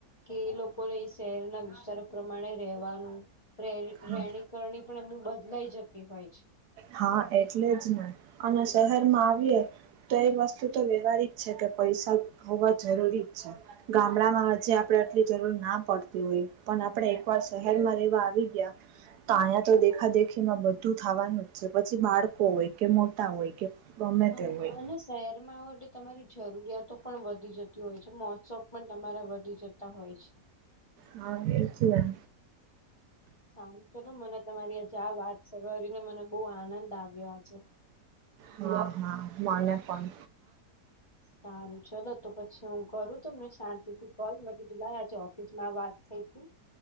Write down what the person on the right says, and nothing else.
હા
હા એટલે જ નહી અને શહેરમાં આવીએ તો એ વસ્તુ તો વ્યવહારિક છે, કે પૈસા હોવા જરૂરી જ છે ગામડામાં આજ આપ આટલી જરૂર ના પડતી હોય પણ આપે એક વાર શહેરમાં રહેવા આવી ગયા. તો અહીંયા તો દેખા દેખીમાં બધું થવાનું જ છે પછી બાળકો હોય કે મોટા હોય, કે ગમે
તે હોય
હા હચવા
હા હા મને પણ